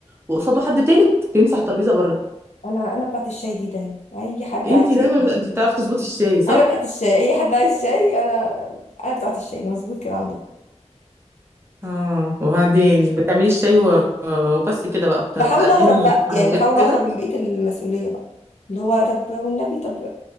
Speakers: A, on the right (about 20°); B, on the left (about 75°).
A: وقصاده حد تالت بيمسح الترابيزه بره
B: انا انا بتاعت الشاي دي دايما اي حد
A: انتي
B: عايز شاي
A: دايما بت... انتي بتعرفي تظبطي الشاي صح
B: انا بتاعت الشاي اي حد عايز شاي انا انا بتاعت الشاي مظبوط كده عندهم
A: اه وبعدين بتعملي الشاي و... وبس كده بقى بت...
B: بحاول
A: بتقدمي
B: اهرب بقى
A: حلويات
B: يعني بحاول
A: وكده
B: اهرب من بقيه المسؤوليه بقى اللي هو طب والنبي طب